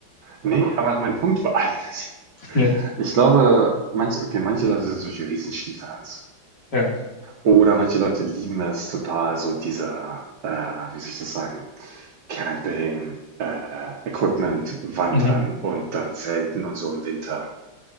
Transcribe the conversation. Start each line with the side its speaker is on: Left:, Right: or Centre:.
Right: Nee, aber mein Punkt war eigentlich,
Left: Ja,
Right: ich glaube, manche, okay, manche Leute sind solche riesen Skifans.
Left: ja,
Right: Oder manche Leute lieben es total, so dieser, äh, wie soll ich das sagen, Camping, äh, Equipment, Wandern
Left: mhm.
Right: und dann Zelten und so im Winter.